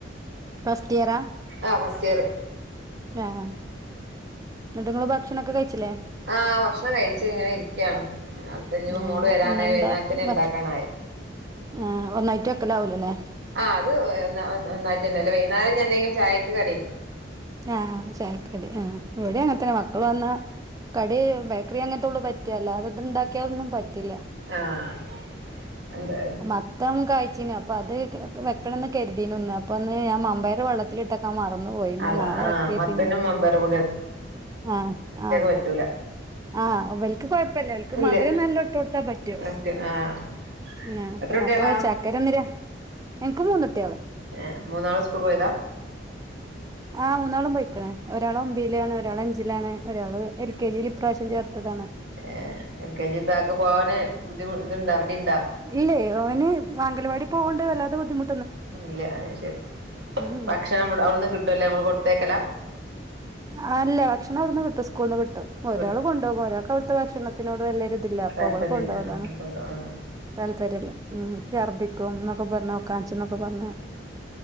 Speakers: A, on the right; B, on the right.
A: ഫസ്റ്റ് ഇയറാ
B: ആഹ് ഫസ്റ്റിയറ്
A: ആഹ് ഇന്ന്ട്ട് ഇങ്ങള് ഭക്ഷണൊക്കെ കഴിച്ച്ലേ
B: ആഹ് ഭക്ഷണം കഴിച്ചിങ്ങനെ ഇരിക്കാണ് പ്പഞ് ഇപ്പോ മോള്
A: ആഹ്
B: വരാനായി
A: ഇന്നെന്താ
B: വൈനാരത്തിന് ഇണ്ടാക്കാനായി
A: ഭക്ഷ ആഹ് ഒന്നായിട്ട് വെക്കലാവൂലല്ലേ
B: ആഹ് അത് ഒന്നായിട്ട് തന്നെ അല്ലേ വൈകുന്നേരം ഞെന്തേലും ചായക്ക് കടി
A: ആഹ് ചയക്കടി ആഹ് ഇവടിം അങ്ങനെത്തന്നെ മക്കൾ വന്ന കടി ബേക്കറി അങ്ങനത്തെള്ളൂ പറ്റ അല്ലാതെ ഇത് ഇണ്ടാക്കിയാന്നും പറ്റില്ല
B: ആഹ് എന്താ
A: മത്തം കാഴ്ച്ചീന് അപ്പൊ അത് വെക്കണന്ന് കരുതിനുന്നു അപ്പൊന്ന് ഞാൻ മമ്പയർ വെള്ളത്തില് ട്ടെക്കാൻ മറന്നു പോയി ഇഞ്
B: അതാ
A: നാളെ
B: ആഹ്
A: വെക്കാര്തിനി
B: മത്തനും മമ്പയറും
A: ആഹ് ആഹ്
B: കിട്ടൂല
A: ആഹ് ഇവൽക്ക് കൊഴപ്പില്ല ഇവൽക്ക്
B: ഇല്ല
A: മധുരം നല്ലോം ഇട്ട് കൊടുത്ത പറ്റും
B: പറ്റു ആഹ്
A: ആഹ്
B: എത്ര കുട്ടികളാ
A: അപ്പൊ ചക്കരന്നേര ഇൻക്ക് മൂന്ന് കുട്ട്യാള്
B: ഏഹ് മൂന്നാളും സ്കൂൾ പോയതാ
A: ആഹ് മൂന്നാളും പോയിക്ണ് ഒരാൾ ഒമ്പെയ്ലാണ് ഒരാൾ അഞ്ചിലാണ് ഒരാൾ എൽ കെ ജിയില് ഇപ്രാവിശ്യം ചേർത്തതാണ്
B: ഏഹ് എൽ കെ ജി താക്ക് പോവാന് ബുദ്ധിമു ഇതുണ്ടാ മടിണ്ടാ
A: ഇല്ലേയ് ഓന് അംഗലവാടി പോവ് ണ്ട് വല്ലാതെ ബുദ്ധിമു
B: ട്ടൊന്നുല്ല അത് ശരി
A: ഉം ഉം
B: ഭക്ഷണം അവിടുന്ന് കിട്ടുവല്ലേ നമ്മള് കൊടുത്തേക്കലാ
A: ആഹ് അല്ല ഭക്ഷണം അവിടുന്ന് കിട്ടും സ്കൂളിൽന്ന് കിട്ടും ഒരാൾ
B: കിട്ടും
A: കൊണ്ട്പോകും ഒരാൾക്ക് അവിടുത്തെ ഭക്ഷണത്തിനോട് വല്യരുതില്ല അപ്പൊ
B: താല്പര്യല്ല
A: അവൾള് കൊണ്ടോവലാണ്
B: ആഹ് കൊണ്ട് ആഹ്
A: താല്പര്യല്ല ഉം ഛർദിക്കുന്ന് ഒക്കെ പറഞ്ഞ് ഓക്കൻച്ചുന്നൊക്കെ പറഞ്ഞ്